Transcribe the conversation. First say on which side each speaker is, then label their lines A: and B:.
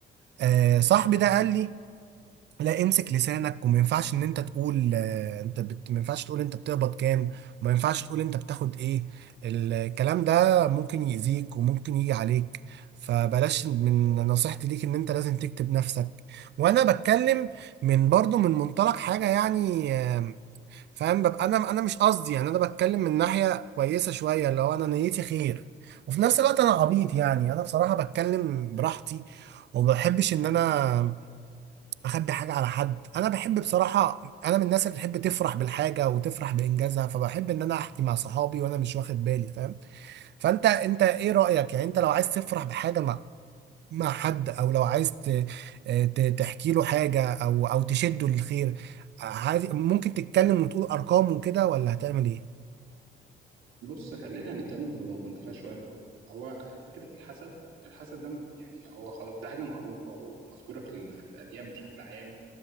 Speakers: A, on the right (about 60°); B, on the right (about 85°).
A: آه صاحبي ده قال لي لا امسك لسانك وما ينفعش ان انت تقول آه انت بت... ما ينفعش تقول انت بتقبض كام وما ينفعش تقول انت بتاخد ايه الكلام ده ممكن يأذيك وممكن يجي عليك فبلاش من نصيحتي ليك ان انت لازم تكتب نفسك وانا بتكلم من برضو من منطلق حاجة يعني فاهم ببقى انا انا مش قصدي يعني انا بتكلم من ناحيه كويسه شويه اللي هو انا نيتي خير وفي نفس الوقت انا عبيط يعني انا بصراحه بتكلم براحتي وما بحبش ان انا اخبي حاجه على حد انا بحب بصراحه انا من الناس اللي بتحب تفرح بالحاجه وتفرح بانجازها فبحب ان انا احكي مع صحابي وانا مش واخد بالي فاهم فانت انت ايه رايك يعني انت لو عايز تفرح بحاجه ما مع حد او لو عايز ت- ت- تحكي له حاجه او او تشده للخير عايز ممكن تتكلم وتقول ارقام وكده ولا هتعمل ايه
B: بص خلينا نتكلم بمنطقية شوية الأول هو فكرة الحسد الحسد ده يعني هو خلاص ده حاجة معروفة ومذكورة في ال- في الأديان بشكل عام